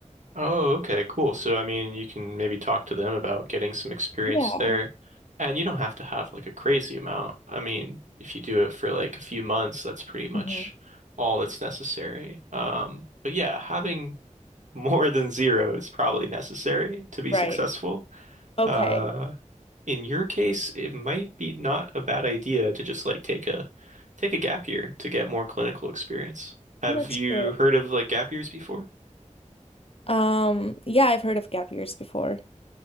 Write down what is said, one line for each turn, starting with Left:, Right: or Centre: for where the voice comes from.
Right: Oh, okay, cool. So, I mean, you can maybe talk to them about getting some experience
Left: Yeah.
Right: there. And you don't have to have like a crazy amount. I mean, if you do it for like a few months, that's pretty much
Left: hmm
Right: all that's necessary. Um, but yeah, having <laughs> more than zero is probably necessary to be
Left: Right.
Right: successful.
Left: Okay.
Right: Uh, in your case, it might be not a bad idea to just like take a take a gap year to get more clinical experience. Have
Left: Well, that's
Right: you
Left: true.
Right: heard of like gap years before?
Left: Um, yeah, I've heard of gap years before.